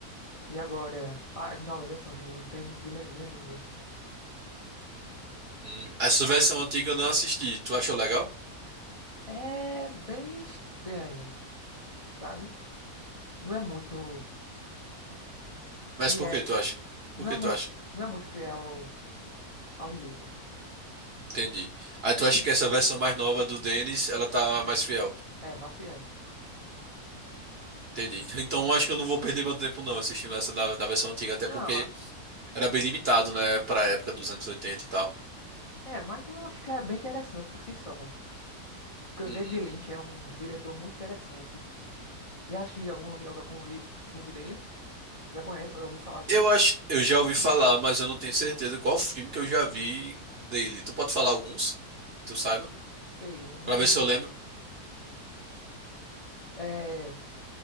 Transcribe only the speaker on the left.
e agora as novas versões do Denis Ville- Villeneuve.
É bem estranha, sabe? Não é muito fiel.
Não
é, mu
não é muito fiel ao, ao livro.
É, mais fiel.
Não,
é,
é, mas eu acho que é bem interessante por si só. Porque o
David Lynch é um diretor muito interessante. Já assisti algum, algum li- filme dele? Já conhece? Eu ouvi falar dele?
Sei, um
dos,
é,